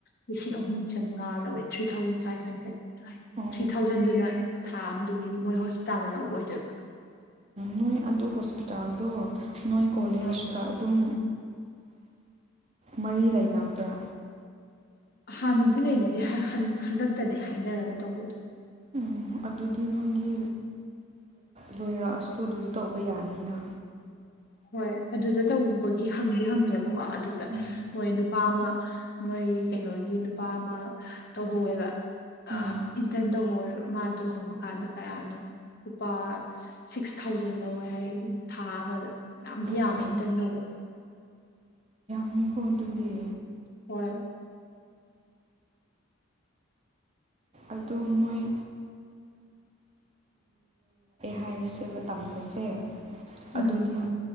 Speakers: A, on the left; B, on the right.
A: ꯂꯤꯁꯤꯡ ꯑꯍꯨꯝ ꯆꯉꯥ ꯂꯧꯋꯦ ꯊ꯭ꯔꯤ ꯊꯥꯎꯖꯟ ꯐꯥꯏꯚ ꯍꯟꯗ꯭ꯔꯦꯠ
B: ꯑꯣ
A: ꯊ꯭ꯔꯤ ꯊꯥꯎꯖꯟꯗꯨꯅ ꯊꯥ ꯑꯃꯗꯨꯒꯤ ꯃꯣꯏ ꯍꯣꯁꯄꯤꯇꯥꯜꯅ ꯂꯧꯕ ꯑꯣꯏꯗꯣꯏꯔꯤꯕ꯭ꯔꯥ
B: ꯅꯣꯏ ꯑꯗꯨ ꯍꯣꯁꯄꯤꯇꯥꯜꯗꯣ ꯅꯣꯏ ꯀꯣꯂꯦꯖꯀ
A: ꯑꯥ
B: ꯑꯗꯨꯝ ꯃꯔꯤ ꯂꯩꯅꯕ꯭ꯔꯥ
A: ꯍꯥꯟꯅꯗꯤ ꯂꯩꯅꯗꯦ ꯍꯟꯗꯛꯇꯅꯦ ꯍꯥꯏꯅꯔꯒ ꯇꯧꯕꯗ
B: ꯎꯝ ꯑꯗꯨꯗꯤ ꯅꯣꯏꯒꯤ ꯂꯣꯏꯔꯛꯑꯁꯨ ꯑꯗꯨꯗꯣ ꯇꯧꯕ ꯌꯥꯅꯤꯅ
A: ꯍꯣꯏ ꯑꯗꯨꯗ ꯇꯧꯕꯒꯤ ꯍꯪꯗꯤ ꯍꯪꯉꯦꯕꯀꯣ ꯑꯗꯨꯗ
B: ꯎꯝ
A: ꯃꯣꯏ ꯅꯨꯄꯥ ꯑꯃ ꯃꯣꯏ ꯀꯩꯅꯣꯒꯤ ꯅꯨꯄꯥ ꯑꯃ ꯇꯧꯍꯧꯋꯦꯕ ꯑ
B: ꯎꯝ
A: ꯏꯟꯇꯔꯟ ꯇꯧꯍꯧꯋꯦꯕ ꯃꯥꯗꯣ ꯍꯪꯕ ꯀꯥꯟꯗ ꯀꯌꯥꯅꯣ ꯂꯨꯄꯥ ꯁꯤꯛꯁ ꯊꯥꯎꯖꯟ ꯂꯧꯋꯦ ꯍꯥꯏ ꯊꯥ ꯑꯃꯗ ꯌꯥꯝꯗꯤ
B: ꯑꯩꯌꯥ
A: ꯌꯥꯝꯃꯦ ꯏꯟꯇꯔꯟ ꯇꯧꯕ
B: ꯃꯤ ꯀꯣ ꯑꯗꯨꯗꯤ
A: ꯍꯣꯏ
B: ꯑꯗꯣ ꯅꯣꯏ ꯍꯥꯏ ꯇ
A: ꯎꯝ
B: ꯑꯗꯨ ꯃ